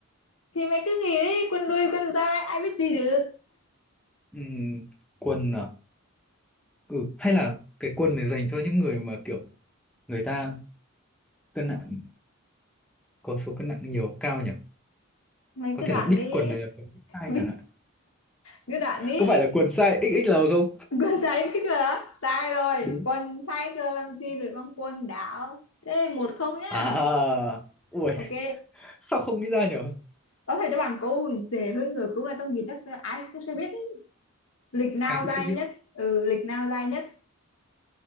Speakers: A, on the left; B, in the centre.
A: thì mày cứ nghĩ đi, quân đuôi, quân dài, ai biết gì được.
B: Ừm, quần à ừ hay là cái quần này dành cho những người mà kiểu người ta cân nặng có số cân nặng nhiều cao nhỉ
A: Mày
B: có
A: cứ đoán
B: thể là big
A: đi.
B: quần này là quần
A: <laughs>
B: big size
A: Biết
B: chẳng hạn
A: cứ đoán đi.
B: có phải là quần size XXL không
A: Quân sai cái cửa. Sai rồi.
B: đúng
A: Quân sai cửa làm gì được bằng quân đảo. Thế một không nhá.
B: à ui
A: Ok.
B: sao không nghĩ ra nhỉ
A: có thể cho bạn câu dễ hơn nữa cũng là trong gì chắc ai cũng sẽ biết ấy. lịch nào
B: ai cũng
A: dài
B: sẽ biết
A: nhất ừ lịch nào dài nhất